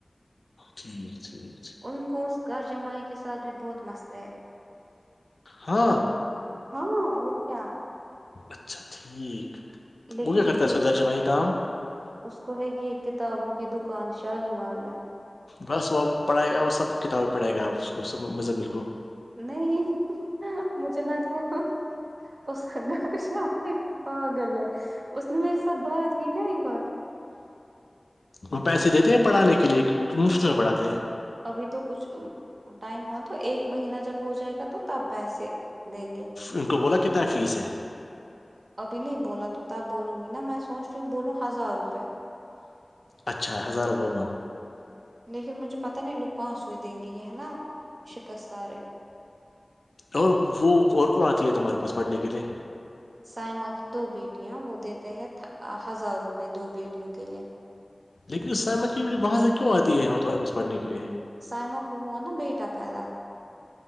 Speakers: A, on the left; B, on the right.
A: ٹھیک ٹھیک
B: ان کو اس گغر جمائیع کے ساتھ بھی بہت مسئلہ ہے
A: ہاں
B: ہاں ا کیا کیا
A: اچھا ٹھیک تو
B: لیکن
A: وہ کیا کرتا
B: جو
A: ہے گھر جمعائی کام
B: اس کو ہے گی کتابوں کی دکان شالیمار میں
A: بس وہ اب پڑھائے گا اور سب کتابیں پڑھے گا آپ اس کو سب مزمل کو
B: نہیں مجھے لگتا ہے اس سا خش پ گل ہے اس نے میرے ساتھ بات کی نہئی بار
A: وہ پیسے دیتے ہیں پڑھانے کے لیے مفت میں پڑھاتے ہیں
B: ابھی تو کچھ ٹائم ہو تو ایک مہینہ جب ہو جائے گا تو تب پیسے دیں گے
A: ان کو بولا کتنا فیس ہے
B: ابھی نہیں بولا تو تب بولوں گی نا میں سوچ رہی ہوں بولوں ہزار روپئے
A: اچھا ہزارہ بولنا
B: لیکن مجھے پتاہ نہیں لوگ پانچ سوئی دیں گے یہ ہے نا شکست سارے
A: اور وہ اور کون آتی ہے تمہارے پاس پڑھنے کے لیے
B: سائما کی دو بیٹیاں وہ دیتے ہیں ہزار روپئے دو بیٹیوں کے لیے
A: لیکن اس سر میں کیون کہ وہاں سے کیوں آتی ہے ہوتوار کچ پڑھنے کے لیے
B: سائمہ کو ہو نا بیٹا پیدا